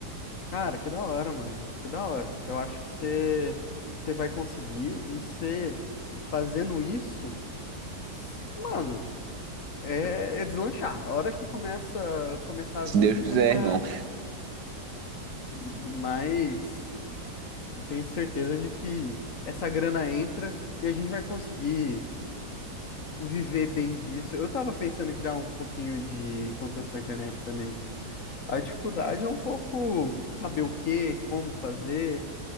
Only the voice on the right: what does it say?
Se
Deus quiser,
irmão.